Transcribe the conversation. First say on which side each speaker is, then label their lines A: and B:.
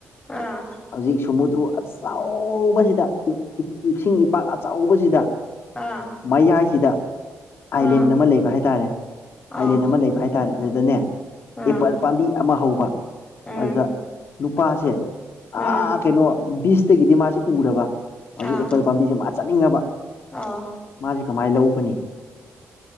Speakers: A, on the left; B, on the left.
A: ꯑꯥ
B: ꯍꯧꯖꯤꯛ ꯁꯃꯨꯗ꯭ꯔꯨ ꯑꯆꯕꯁꯤꯗ ꯏꯁꯤꯡ ꯏꯄꯥꯛ ꯑꯆꯧꯕꯕꯁꯤꯗ
A: ꯑꯥ
B: ꯃꯌꯥꯏꯁꯤꯗ ꯑꯥꯏꯂꯦꯟ
A: ꯎꯝ
B: ꯑꯃ ꯂꯩꯕ ꯍꯥꯏ ꯇꯔꯦ ꯑꯥꯏꯂꯦꯟ
A: ꯑꯥ
B: ꯑꯃ ꯂꯩꯕ ꯍꯥꯏ ꯇꯔꯦ ꯑꯗꯨꯗꯅꯦ
A: ꯎꯝ
B: ꯑꯦꯄꯜ ꯄꯥꯝꯕꯤ ꯑꯃ ꯍꯧꯕ
A: ꯎꯝ
B: ꯑꯗꯨꯗ ꯅꯨꯄꯥꯁꯦ
A: ꯎꯝ
B: ꯑ ꯀꯩꯅꯣ ꯕꯤꯁꯇꯒꯤꯗꯤ ꯃꯥꯁꯦ ꯎꯔꯕ ꯍꯧꯖꯤꯛ
A: ꯑꯥ
B: ꯑꯦꯄꯜ ꯄꯥꯝꯕꯤꯁꯦ ꯃꯥ ꯆꯠꯅꯤꯡꯉꯕ
A: ꯑꯥ
B: ꯃꯥꯁꯦ ꯀꯃꯥꯏꯅ ꯂꯧꯒꯅꯤ